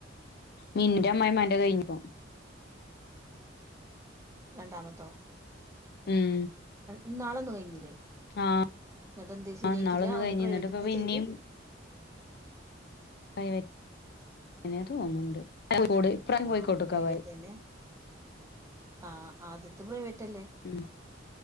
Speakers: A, on the left (about 55°); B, on the right (about 15°).
A: മന്നന്റെ അമ്മമായിമാന്റെ കഴിഞ്ഞപ്പോം
B: രണ്ടാമത്തോ?
A: ഉം
B: ഇന്നാള് ഒന്ന് കഴിഞ്ഞില്ലേ
A: ആ
B: എന്നിട്ട എന്ത് ശരിയായിട്ടില്ല
A: ഇന്നാളൊന്ന് കഴിഞ്ഞ്
B: ഒരു പ്രൈവറ്റ്ന്നാ
A: എന്നിട്ട് ഇപ്പൊ പിന്നെയും
B: ചെയ്ത്,
A: പ്രൈവറ്റ് തന്നെ തോന്നുന്നുണ്ട് കോഴിക്കോട് ഇപ്രാവശ്യം
B: ആഹ
A: കോഴിക്കോട്ട്ക്കാ
B: പ്രൈവറ്റ്
A: പോയത്
B: തന്നെ ആ ആദ്യത്തെ പ്രൈവറ്റ്, റ്റ്ലെ
A: ഉം